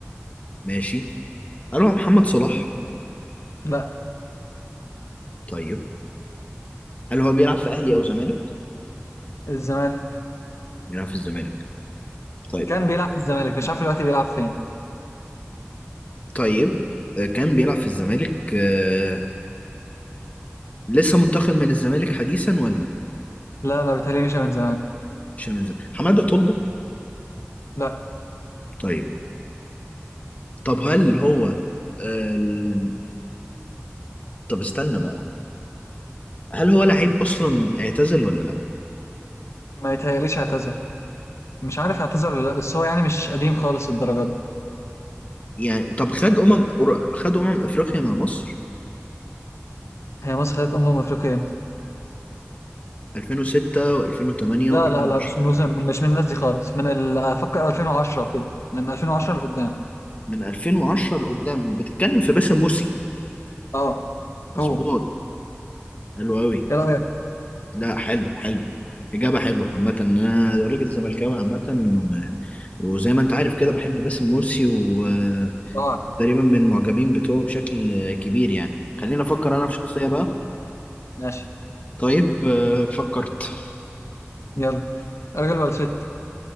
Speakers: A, on the left (about 30°); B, on the left (about 85°).
A: ماشي هل هو محمد صلاح؟
B: لا
A: طيب هل هو بيلعب في اهلي او زمالك؟
B: الزمالك
A: بيلعب في الزمالك طيب
B: كان بيلعب في الزمالك مش عارف دلوقتي بيلعب فين
A: طيب آه، كان بيلعب في الزمالك آه، لسه منتقل من الزمالك حديثا ولا
B: لا لا بيتهيألي مش من زمان
A: مش من الزمالك حماده طلبه
B: لا
A: طيب طب هل هو آه، ال- طب استنى بقى هل هو لعيب اصلا اعتزل ولا لا
B: ما يتهيأليش اعتزل مش عارف اعتزل ولا لا بس هو يعني مش قديم خالص الدرجة دي
A: يعني طب خد امم خد امم افريقيا مع مصر
B: هي مصر خدت أمم أفريقيا امتى؟
A: 2006 و2008
B: لا
A: و2010
B: لا لا مش من وسم مش من الناس دي خالص من ال- أفكر 2010 وكده من 2010 لقدام
A: من 2010 لقدام بتتكلم في باسم مرسي
B: اه
A: مظبوط
B: هو
A: حلو قوي
B: ايه رأيك؟
A: لا حلو حلو اجابه حلوه عامه انا راجل زملكاوي عامه وزي ما انت عارف كده بحب باسم مرسي وتقريبا
B: اه
A: من المعجبين بتوعه بشكل كبير يعني خليني افكر
B: مم.
A: انا في شخصية بقى
B: ماشي
A: طيب آه، فكرت
B: يلا راجل ولا ست؟